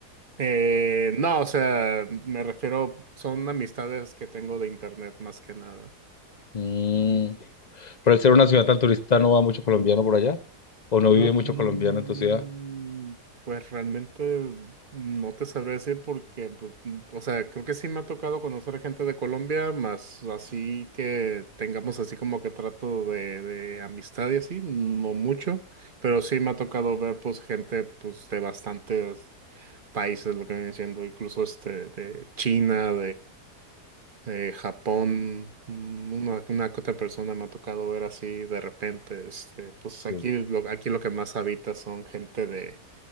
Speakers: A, on the right (about 40°); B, on the left (about 35°).
A: Eh, no, o sea, me refiero, son amistades que tengo de internet más que nada.
B: Mm, pero al ser una ciudad tan turista, ¿no va mucho colombiano por allá? ¿O no
A: Mm,
B: vive mucho colombiano en tu ciudad?
A: Pues realmente no te sabré decir porque, pues, mm, o sea, creo que sí me ha tocado conocer gente de Colombia, más así que tengamos así como que trato de, de amistad y así, no mucho, pero sí me ha tocado ver pues gente pues de bastantes países, lo que viene siendo incluso este de China, eh, Japón, mm, una, una que otra persona me ha tocado ver así de repente, este, pues
B: Sí.
A: aquí lo, aquí lo que más habita son gente de,